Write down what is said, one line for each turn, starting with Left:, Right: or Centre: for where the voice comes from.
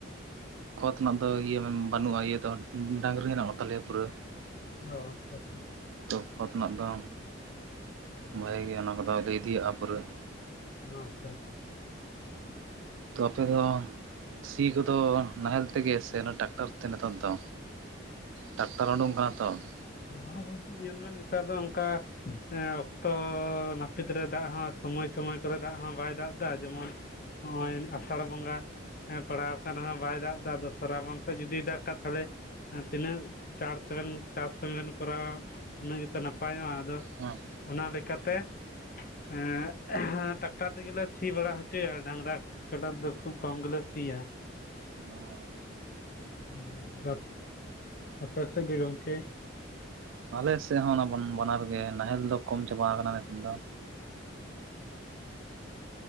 Right: ᱠᱷᱚᱛ ᱨᱮᱱᱟᱜ ᱫᱚ ᱤᱭᱟᱹ ᱵᱟᱹᱱᱩᱜᱼᱟ ᱤᱭᱟᱹ ᱫᱚ ᱰᱟᱹᱝᱨᱤ ᱦᱮᱱᱟᱜ ᱠᱚᱛᱟᱞᱮᱭᱟ ᱯᱩᱨᱟᱹ ᱾
Left: ᱚ ᱟᱪᱪᱷᱟ ᱟᱪᱪᱷᱟ ᱾
Right: ᱛᱚ ᱠᱷᱚᱛ ᱱᱟᱜ ᱫᱚ,
Left: ᱦᱩᱸ,
Right: ᱵᱷᱟᱜᱮ ᱜᱮᱭᱟ ᱚᱱᱟ ᱠᱚᱫᱚ ᱟᱫᱚ ᱤᱫᱤᱭᱤᱭᱟᱜᱼᱟ ᱯᱩᱨᱟᱹ ᱾
Left: <unintelligible>
Right: ᱛᱚ ᱟᱯᱮ ᱫᱚ ᱥᱤ ᱠᱚᱫᱚ ᱱᱟᱦᱮᱞ ᱛᱮᱜᱮ ᱥᱮ ᱚᱱᱟ ᱴᱟᱠᱴᱟᱨ ᱛᱮ ᱱᱮᱛᱟᱨ ᱫᱚ? ᱴᱟᱠᱴᱟᱨ ᱳᱰᱳᱝ ᱠᱟᱱᱟ ᱛᱚ ᱾
Left: ᱦᱚ ᱜᱚᱝᱠᱮ ᱧᱮᱞ ᱵᱮᱱ ᱱᱮᱛᱟᱨ ᱫᱚ ᱚᱱᱠᱟ ᱮ ᱚᱠᱛᱚ ᱱᱟᱹᱯᱤᱛ ᱨᱮ ᱫᱟᱜ ᱦᱚᱸ ᱥᱚᱢᱚᱭ ᱥᱚᱢᱚᱭ ᱠᱚᱨᱮ ᱫᱟᱜ ᱦᱚᱸ ᱵᱟᱭ ᱫᱟᱜ ᱫᱟ ᱡᱮᱢᱚᱱ ᱦᱚᱜᱼᱚᱭ ᱟᱥᱟᱲ ᱵᱚᱸᱜᱟ ᱦᱮᱸ ᱯᱟᱲᱟᱣ ᱠᱟᱱ ᱨᱮᱦᱚᱸ ᱵᱟᱭ ᱫᱟᱜ ᱫᱟ, ᱟᱫᱚ ᱥᱚᱨᱟᱵᱚᱱ ᱥᱮᱫ ᱡᱩᱫᱤ ᱫᱟᱜ ᱠᱟᱡ ᱛᱟᱦᱚᱞᱮ ᱛᱤᱱᱟᱹᱜ ᱪᱟᱲ ᱛᱮᱵᱮᱱ ᱪᱟᱥ ᱠᱟᱢᱤᱵᱮᱱ ᱠᱚᱨᱟᱣᱟ ᱩᱱᱟᱹᱜ ᱜᱮᱛᱚ ᱱᱟᱯᱟᱭᱚᱜᱼᱟ ᱟᱫᱚ
Right: ᱦᱮᱸ
Left: ᱚᱱᱟ ᱞᱮᱠᱟᱛᱮ ᱮᱸ ᱴᱟᱠᱴᱟᱨ ᱛᱮᱜᱮ ᱞᱮ ᱥᱤ ᱵᱟᱲᱟ ᱦᱚᱪᱚᱭᱟ ᱰᱟᱝᱨᱟ ᱠᱟᱵᱟ ᱛᱮ ᱫᱚ ᱠᱷᱩᱵ ᱠᱚᱢ ᱜᱮᱞᱮ ᱥᱤᱭᱟ ᱾
Right: ᱚ ᱾
Left: <unintelligible> ᱟᱯᱮ ᱥᱮᱫ ᱜᱮ ᱜᱚᱝᱠᱮ?
Right: ᱟᱞᱮ ᱥᱮᱫ ᱦᱚᱸ ᱚᱱᱟ ᱵᱚᱱ ᱵᱟᱱᱟᱨ ᱜᱮ ᱱᱟᱦᱮᱞ ᱫᱚ ᱠᱚᱢ ᱪᱟᱵᱟ ᱠᱟᱱᱟ ᱱᱤᱛᱚᱜ ᱫᱚ ᱾